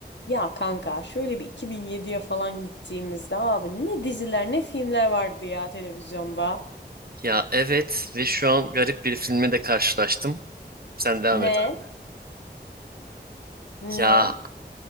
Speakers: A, on the left; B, on the right.
A: Ya kanka şöyle bir 2007'ye falan gittiğimizde abi ne diziler ne filmler vardı ya televizyonda.
B: Ya evet ve şu an garip bir filme de karşılaştım. Sen devam
A: Ne?
B: et abi.
A: Ne?
B: Ya